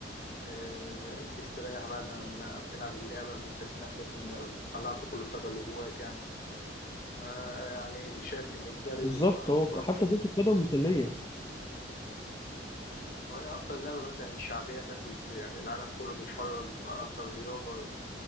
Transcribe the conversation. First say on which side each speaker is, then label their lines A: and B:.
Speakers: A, on the left (about 50°); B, on the left (about 20°).
A: آه، بتستريح بعد ما بتلعب اللعبة بتحس نفسك إن طلعت كل الطاقة اللي جواك يعني فا يعني شايف إن الجري
B: بالظبط
A: و- أو
B: هو
A: كرة
B: ك- حتى
A: ال-
B: كرة القدم مسلية
A: أو هي أكتر لعبة مثلا شعبية الناس الف- يعني العالم كله بيتفرج على أكتر رياضة